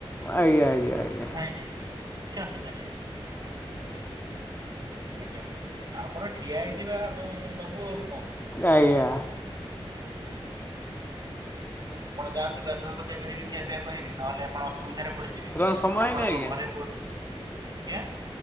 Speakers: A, on the left; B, on the right.
A: ଆଜ୍ଞା ଆଜ୍ଞା ଆଜ୍ଞା
B: ନାଇଁ ନାଇଁ ଆଜ୍ଞା। କିଛି ଅସୁବିଧା ନାଇଁ। ଆଜ୍ଞା ଆପଣ ଠିଆ ହେଇଥଥିବେ ଆମେ ଆଜ୍ଞା ଦବୁ ଆଉ କଅଁ।
A: ଆଜ୍ଞା।
B: ଆପଣ ଯାଆନ୍ତୁଗାଧୁଆ ପାଧୁଆ କରିବେ ଖିଆିପିଆ କରିବେ ନ ହେଲେ ଆପଣ ଅସୁବିଧାରେ ପଡିବେ। ଯିବି
A: କଣ ସମୟ ହେଇନି
B: ଆପଣଙ୍କ
A: ଆଜ୍ଞା?
B: ଘରେ ବହୁତ ଆଜ୍ଞା।